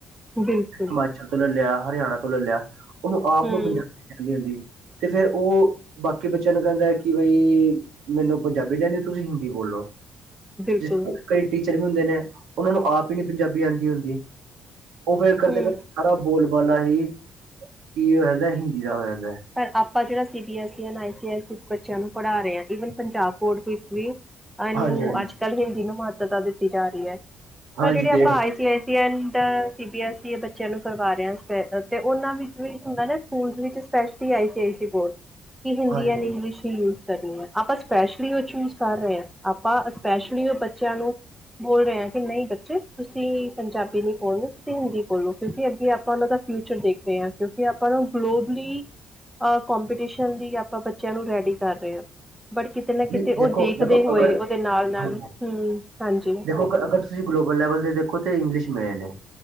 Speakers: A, in the centre; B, on the right.
A: ਬਿਲਕੁਲ
B: ਹਿਮਾਚਲ ਤੋਂ ਲੈ ਲਿਆ ਹਰਿਆਣਾ ਤੋਂ ਲੈ ਲਿਆ ਉਹ ਆਪ
A: ਹੂੰ,
B: ਨੂੰ ਪੰਜਾਬੀ ਚਹਿੰਦੀ ਹੁੰਦੀ। ਤੇ ਫੇਰ ਉਹ ਬਾਕੀ ਬੱਚਿਆਂ ਨੂੰ ਕਹਿੰਦਾ, ਕਿ ਬਈ ਮੈਨੂੰ ਪੰਜਾਬੀ ਨੀ ਆਂਦੀ, ਤੁਸੀਂ ਹਿੰਦੀ ਬੋਲੋ। ਹੈਲੋ।
A: ਬਿਲਕੁਲ
B: ਜਿਸ ਕਈ ਟੀਚਰ ਵੀ ਹੁੰਦੇ ਨੇ ਉਹਨਾਂ ਨੂੰ ਆਪ ਹੀ ਨਹੀਂ ਪੰਜਾਬੀ ਆਉਂਦੀ ਹੁੰਦੀ। ਉਹ ਫੇਰ ਕਦੇ
A: ਹੂੰ,
B: ਕਦੇ ਸਾਰਾ ਬੋਲਬਾਲਾ ਹੀ ਕੀ ਹੋ ਜਾਂਦਾ ਹਿੰਦੀ ਦਾ। ਜਾਂਦਾ ਹੈ।
A: ਪਰ ਆਪਾਂ ਜਿਹੜਾ ਸੀ ਬੀ ਐਸ ਇ ਆਈ ਸੀ ਐਸ ਇ ਬੱਚਿਆਂ ਨੂੰ ਪੜਾ ਰਹੇ ਹੈਗੇ। ਪੰਜਾਬ ਬੋਰਡ ਵਿੱਚ ਵੀ ਇਹਨੂੰ
B: ਹਾਂਜੀ ਹਾਂਜੀ
A: ਅੱਜ ਕੱਲ੍ਹ ਹਿੰਦੀ ਨੂੰ ਮਹੱਤਤਾ ਦਿੱਤੀ ਜਾ ਰਹੀ ਹੈ।
B: ਹਾਂਜੀ
A: ਪਰ ਜਿਹੜੇ ਆਪਾਂ
B: ਦੇਖ
A: I C S C, and C B A C ਐ ਬੱਚਿਆਂ ਨੂੰ ਕਰਵਾ ਰੇ ਆਂ ਫੇਰ, ਤੇ ਉਹਨਾਂ ਵਿੱਚ ਵੀ ਹੁੰਦਾ ਨਾ ਸਕੂਲ ਵਿੱਚ ਸਪੈਸ਼ਲੀ ਆਈ ਸੀ ਆਈ ਸੀ ਬੋਰਡ ਕਿ ਹਿੰਦੀ
B: ਹਾਂਜੀ
A: ਹੈ, ਨੀ ਇੰਗਲਿਸ਼ ਵੀ ਯੂਸ ਕਰਨੀ ਹੈ ਆਪਾਂ ਸਪੈਸ਼ਲੀ ਉਹ ਚੂਜ ਕਰ ਰਹੇ ਆਂ, ਆਪਾਂ ਸਪੈਸ਼ਲੀ ਔ ਬੱਚਿਆਂ ਨੂੰ ਬੋਲ ਰਹੇ ਹਾਂ ਕਿ ਨਹੀਂ ਬੱਚੇ ਤੁਸੀਂ ਪੰਜਾਬੀ ਨਹੀਂ ਬੋਲੋ ਤੁਸੀਂ ਹਿੰਦੀ ਬੋਲੋ ਕਿਉਂਕਿ ਅੱਗੇ ਆਪਾਂ ਉਹਨਾਂ ਦਾ ਫਿਊਚਰ ਦੇਖ ਰਹੇ ਆ ਕਿਉਂ ਆਪਾਂ ਨੂੰ ਗਲੋਬਲੀ ਕਪੀਟੀਸ਼ਨ ਲਈ ਆਪਾਂ ਬੱਚਿਆਂ ਨੂੰ ਰੈਡੀ ਕਰ ਰਹੇ ਹਾਂ। ਬਟ ਕਿਤੇ ਨਾ
B: ਨਹੀਂ
A: ਕਿਤੇ ਉਹ
B: ਦੇਖੋ
A: ਦੇਖਦੇ
B: ਦੇਖੋ
A: ਹੋਏ
B: ਅਗਰ
A: ਉਹਦੇ ਨਾਲ ਨਾਲ
B: ਹਾਂਜੀ
A: ਹਮ ਹਾਂਜੀ।
B: ਦੇਖੋ ਅ ਅਗਰ ਤੁਸੀਂ ਗਲੋਬਲ ਲੈਵਲ ਦੇ ਦੇਖੋ, ਤੇ ਇੰਗਲਿਸ਼ ਮੇਨ ਐ।